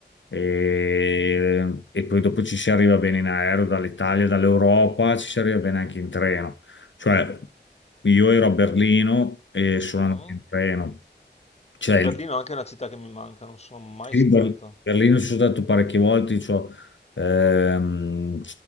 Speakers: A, on the left; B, on the left.
A: e, e poi dopo ci si arriva bene in aereo dall'Italia, dall'Europa, ci si arriva bene anche in treno. Cioè, io ero a Berlino e sono
B: Mm.
A: andato in treno. Cioè,
B: Berlino è anche una città che mi manca, non sono mai
A: sì,
B: stato.
A: Ber- Berlino ci sono stato parecchie volte, cioè, ehm,